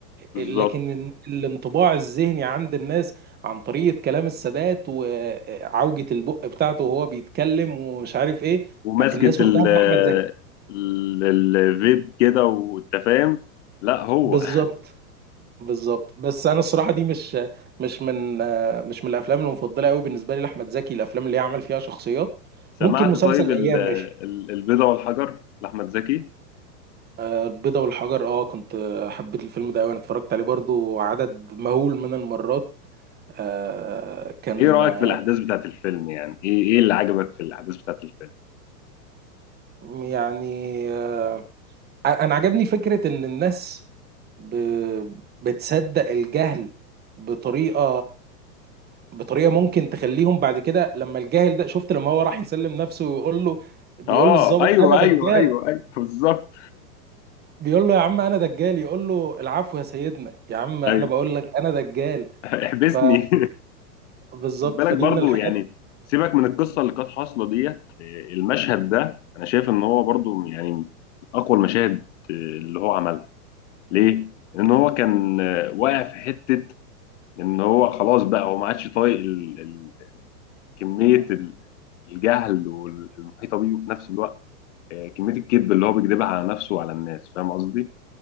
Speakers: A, on the left (about 50°); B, on the right (about 20°).
A: بالظبط
B: آه، لكن ال- الانطباع الذهني عند الناس عن طريقه كلام السادات وعوجه البق بتاعته وهو بيتكلم ومش عارف ايه
A: وماسكه
B: آه، الناس
A: ال
B: واخداها من احمد ال- زكي
A: ال- الفيب كده وانت فاهم لا هو
B: بالظبط بالظبط بس انا الصراحه دي مش مش من آه، مش من الافلام المفضله قوي بالنسبه لي لاحمد زكي الافلام اللي يعمل فيها شخصيات
A: <laughs> سمعت
B: ممكن مسلسل
A: طيب
B: الايام
A: ال- ال-
B: ماشي
A: البيضة والحجر لاحمد زكي
B: آه، البيضة والحجر اه كنت آه، حبيت الفيلم ده قوي انا اتفرجت عليه برضو عدد مهول من المرات آه، كان
A: ايه رايك
B: آه،
A: في الاحداث بتاعت الفيلم يعني ايه ايه اللي عجبك في الاحداث بتاعت الفيلم
B: يعني آه، انا عجبني فكره ان الناس ب... بتصدق الجهل بطريقة بطريقة ممكن تخليهم بعد كده لما الجاهل ده شفت لما هو راح يسلم نفسه ويقول له بيقول
A: اه
B: للضابط
A: ايوه
B: انا
A: ايوه
B: دجال
A: ايوه ايوه بالظبط
B: بيقول له يا عم انا دجال يقول له العفو يا سيدنا يا عم انا
A: ايوه
B: بقول لك انا دجال
A: <laughs> احبسني
B: ف بالظبط
A: خد بالك
B: فدي
A: برضو
B: من الحاجات
A: يعني سيبك من القصه اللي كانت حاصله ديت آه، المشهد ده انا شايف ان هو برضو يعني من اقوى المشاهد آه، اللي هو عملها ليه؟ لان هو كان آه، واقع في حته ان هو خلاص بقى هو ما عادش طايق ال- ال- كميه ال- الجهل والمحيطه بيه وفي نفس الوقت آه، كميه الكذب اللي هو بيكذبها على نفسه وعلى الناس فاهم قصدي؟